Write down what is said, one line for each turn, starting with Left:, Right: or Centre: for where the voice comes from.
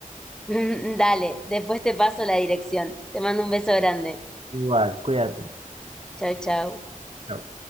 Centre: <laughs> Dale, después te paso la dirección. Te mando un beso grande.
Right: Igual, cuídate.
Centre: Chau, chau.
Right: Chao.